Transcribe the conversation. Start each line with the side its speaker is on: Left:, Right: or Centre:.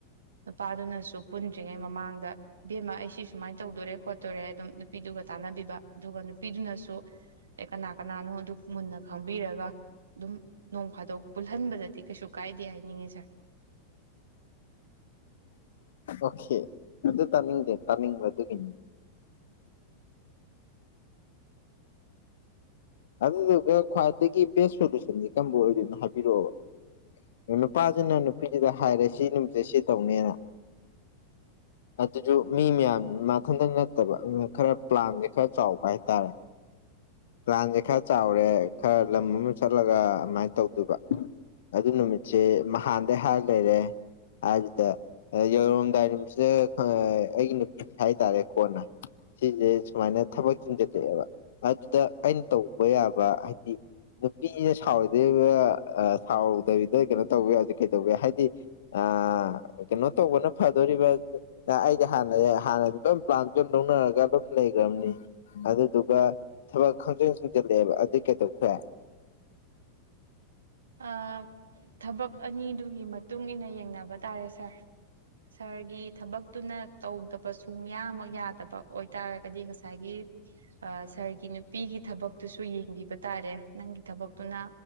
Right: ꯅꯨꯄꯥꯗꯨꯅꯁꯨ ꯄꯨꯟꯗ꯭ꯔꯤꯉꯩ ꯃꯃꯥꯡꯗ ꯕꯦꯝꯃ ꯑꯩ ꯁꯤ ꯁꯨꯃꯥꯏ ꯇꯧꯗꯣꯔꯦ ꯈꯣꯠꯇꯣꯔꯦ ꯑꯗꯨꯝ ꯅꯨꯄꯤꯗꯨꯒ ꯇꯥꯟꯅꯕꯤꯕ ꯑꯗꯨꯒ ꯅꯨꯄꯤꯗꯨꯅꯁꯨ ꯑꯩ ꯀꯅꯥ ꯀꯅꯥꯅꯣ ꯑꯗꯨ ꯃꯨꯟꯅ ꯈꯪꯕꯤꯔꯒ ꯑꯗꯨꯝ ꯅꯣꯡ ꯐꯥꯗꯣꯛ ꯄꯨꯜꯍꯜꯕꯗꯗꯤ ꯀꯩꯁꯨ ꯀꯥꯏꯗꯦ ꯍꯥꯏꯅꯤꯡꯉꯤ ꯁꯥꯔ
Left: ꯑꯣꯀꯦ ꯑꯗꯨ ꯇꯥꯅꯤꯡꯗꯦ ꯇꯥꯅꯤꯡꯕ ꯑꯗꯨꯒꯤꯅꯤ ꯑꯗꯨꯗꯨꯒ ꯈ꯭ꯋꯥꯏꯗꯒꯤ ꯕꯦꯁ ꯁꯣꯂꯨꯁꯟꯁꯦ ꯀꯝꯕ ꯑꯣꯏꯗꯣꯏꯅꯣ ꯍꯥꯏꯕꯤꯔꯛꯑꯣꯕ ꯅꯨꯄꯥꯁꯤꯅ ꯅꯨꯄꯤꯁꯤꯗ ꯍꯥꯏꯔꯦ ꯁꯤ ꯅꯨꯃꯤꯠꯁꯦ ꯁꯤ ꯇꯧꯅꯦꯅ ꯑꯗꯨꯁꯨ ꯃꯤ ꯃꯌꯥꯝ ꯃꯊꯟꯇ ꯅꯠꯇꯕ ꯈꯔ ꯄ꯭ꯂꯥꯟꯁꯦ ꯈꯔ ꯆꯥꯎꯕ ꯍꯥꯏꯇꯥꯔꯦ ꯄ꯭ꯂꯥꯟꯁꯦ ꯈꯔ ꯆꯥꯎꯔꯦ ꯈꯔ ꯂꯝ ꯑꯃ ꯆꯠꯂꯒ ꯑꯗꯨꯃꯥꯏꯅ ꯇꯧꯗꯣꯏꯕ ꯑꯗꯨ ꯅꯨꯃꯤꯠꯁꯦ ꯅꯥꯟꯗꯩ ꯍꯥꯏꯔ ꯂꯩꯔꯦ ꯍꯥꯏꯁꯤꯗ ꯌꯧꯔꯝꯗꯥꯏ ꯅꯨꯃꯤꯠꯁꯤꯗ ꯈꯪ ꯑꯩꯒꯤ ꯅꯨꯄꯤ ꯍꯥꯏꯇꯥꯔꯦ ꯀꯣꯟꯅ ꯁꯤꯁꯦ ꯁꯨꯃꯥꯏꯅ ꯊꯕꯛ ꯆꯤꯟꯁꯤꯜꯂꯛꯑꯦꯕ ꯗ ꯑꯩꯅ ꯇꯧꯕ ꯌꯥꯕ ꯍꯥꯏꯗꯤ ꯅꯨꯄꯤꯅ ꯁꯥꯎꯔꯣꯏꯗꯩꯕ ꯁꯥꯎꯗꯕꯤꯗ ꯀꯩꯅꯣ ꯇꯧꯕ ꯌꯥꯕ ꯀꯩꯗꯧꯒꯦ ꯍꯥꯏꯗꯤ ꯑ ꯀꯩꯅꯣ ꯇꯧꯕꯅ ꯐꯗꯣꯔꯤꯕ ꯑꯩꯗꯤ ꯍꯥꯟꯅ ꯍꯥꯟꯅ ꯂꯣꯏ ꯄ꯭ꯂꯥꯟꯖꯨꯝ ꯂꯧꯅꯔꯒ ꯑꯗꯨꯝ ꯂꯧꯅꯔꯒ ꯑꯗꯨꯝ ꯂꯩꯒꯔꯝꯅꯤ ꯑꯗꯨꯗꯨꯒ ꯊꯕꯛ ꯈꯪꯆꯤꯟ ꯆꯤꯟꯖꯤꯜꯂꯛꯑꯦꯕ ꯑꯗꯨꯗꯤ ꯀꯩꯗꯧꯕ ꯌꯥꯏ
Right: ꯑ ꯊꯕꯛ ꯑꯅꯤꯗꯨꯒꯤ ꯃꯇꯨꯡꯏꯟꯅ ꯌꯦꯡꯅꯕ ꯇꯥꯔꯦ ꯁꯥꯔ ꯁꯥꯔꯒꯤ ꯊꯕꯛꯇꯨꯅ ꯇꯧꯗꯕ ꯁꯨꯡꯌꯥꯃꯛ ꯌꯥꯗꯕ ꯑꯣꯏꯇꯥꯔꯒꯗꯤ ꯉꯁꯥꯏꯒꯤ ꯑ ꯁꯥꯔꯒꯤ ꯅꯨꯄꯤꯒꯤ ꯊꯕꯛꯇꯨꯁꯨ ꯌꯦꯡꯕꯤꯕ ꯇꯥꯔꯦ ꯅꯪꯒꯤ ꯊꯕꯛꯇꯨꯅ